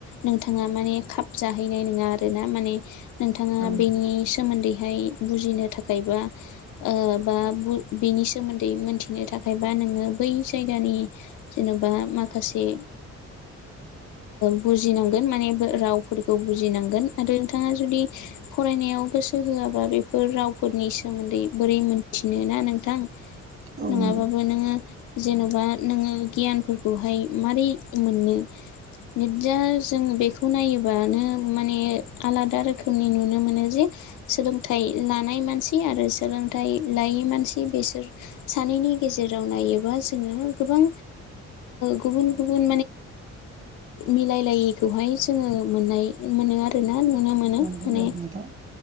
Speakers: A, on the left; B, on the right.
A: नोंथाङा माने खाब जाहैनाय नङा आरोना माने नोंथाङा
B: औ
A: बेनि सोमोन्दै बुजिनो थाखाय बा बा बेनि सोमोन्दै मोनथिनो थाखायबा नोङो बै जायगानि जेन'बा माखासे बुजिनांगोन माने राव फोर बुजिनांगोन आरो नोंथाङा जुदि फरायनायाव गोसो होआबा बेफोर रावफोरनि सो सोमोन्दै बोरै मोनथिनो ना नोंथां
B: औ
A: नङाबाबो
B: नंगौ
A: नोङो जेन'बा नोङो गियानफोरखौहाय मारै मोननो बिदिया जों बेखौ नायोब्ला माने आलादा रोखोमनि नुनो मोनो जे सोलोंथाइ लानाय मानसि आरो सोलोंथाइ लायै मानसि बेसोर सानैनि गेजेराव नायोबा जोङो गोबां गुबुन गुबुन मिलायलायैखौ जों मोननाय मोनो आरो ना नुनो मोनो
B: मोनगोन
A: माने
B: औ नोंथां